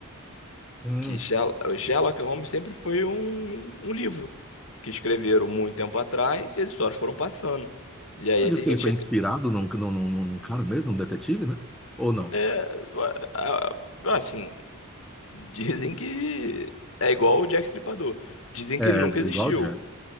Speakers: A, in the centre; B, on the left.
A: Hum.
B: que Sher- o Sherlock Holmes sempre foi um, um livro que escreveram muito tempo atrás e as histórias foram passando. E aí
A: Diz
B: tem
A: que
B: gente
A: ele foi inspirado
B: que,
A: num, num, num, num cara mesmo, num detetive, né? Ou não?
B: é, a- a- assim, <laughs> dizem que é igual o Jack Estripador. Dizem que
A: É,
B: ele nunca existiu,
A: igual o Jack.